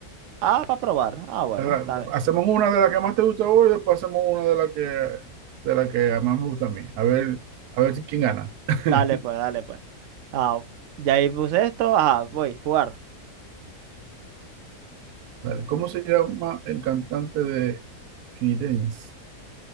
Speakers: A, on the right; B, on the right.
A: Ah, para probar. Ah, bueno,
B: ¿verdad?
A: dale,
B: Hacemos una de la que más te gusta a vos y después hacemos una de la que, de la que más me gusta a mí. A ver, a ver si- quién gana. <laughs>
A: dale pues, dale pues. Ah, ya ahí puse esto. Ajá, voy, jugar.
B: Dale. ¿Cómo se llama el cantante de Creedence?